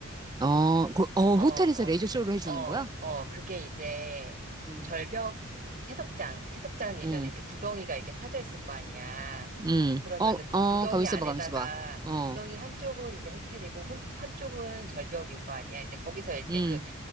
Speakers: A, on the right; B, on the right.
A: 어, 그, 어,
B: 어,
A: 호텔에서
B: 어,
A: 레이저쇼를 해주는
B: 어,
A: 거야?
B: 어, 그게 이제
A: 음,
B: 절벽 채석장, 채석장이면
A: 음,
B: 이렇게 구덩이가 이렇게 파져 있을 거 아니야.
A: 음.
B: 그러면은
A: 어,
B: 그
A: 어,
B: 구덩이
A: 가만있어
B: 안에다가
A: 봐, 가만있어 봐. 어,
B: 구덩이 한쪽은 이제 호텔이고 혼- 한쪽은 절벽일 거 아니야. 근데 거기서 이렇게
A: 음,
B: 그,